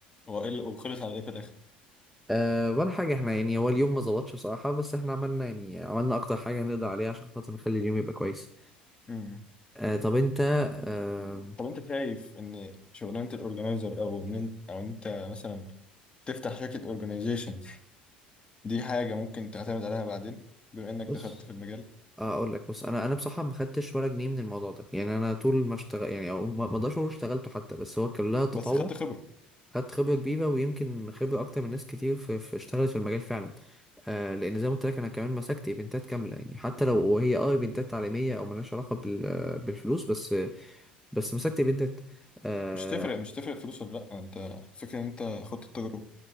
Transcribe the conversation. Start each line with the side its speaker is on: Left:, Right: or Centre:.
Left: هو ايه اللي- وخلص على ايه في الاخر
Centre: أه ولا حاجة احنا يعني هو اليوم ما ظبطش بصراحة بس احنا عملنا يعني عملنا أكتر حاجة نقدر عليها عشان خاطر نخلي اليوم يبقى كويس
Left: امم
Centre: أه طب انت أه
Left: طب انت شايف ان شغلانه الاورجنايزر او ان انت او انت مثلا تفتح شركه اورجنايزيشن دي حاجة ممكن تعتمد عليها بعدين بما انك
Centre: بص
Left: دخلت في المجال
Centre: آه، اقول لك بص انا انا بصراحه ما خدتش ولا جنيه من الموضوع ده يعني انا طول ما اشتغل يعني او ما ما اقدرش اقول اشتغلته حتى بس هو كان لها تطوع
Left: بس خدت خبرة
Centre: خدت خبرة كبيرة ويمكن خبرة أكتر من ناس كتير في, في اشتغلت في المجال فعلا آه لأن زي ما قلت لك أنا كمان مسكت إيفنتات كاملة يعني حتى لو هي أه إيفنتات تعليمية أو ملهاش علاقة بال بالفلوس بس بس مسكت إيفنتات آه
Left: مش تفرق مش تفرق فلوس ولا لأ انت فكرة ان انت خدت التجربة